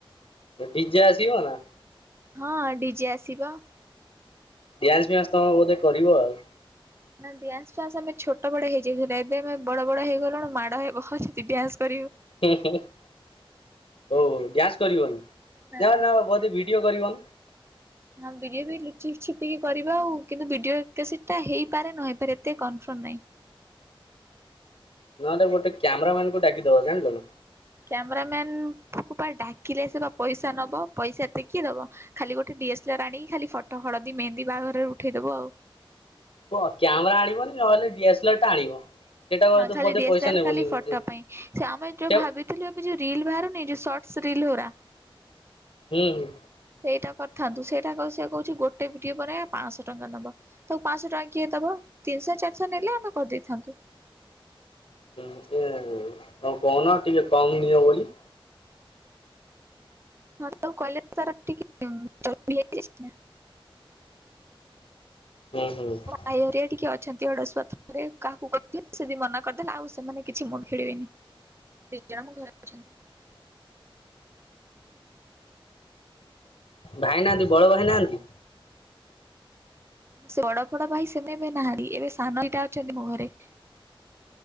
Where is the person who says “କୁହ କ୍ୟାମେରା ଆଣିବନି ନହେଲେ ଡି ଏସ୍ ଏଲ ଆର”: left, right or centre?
Left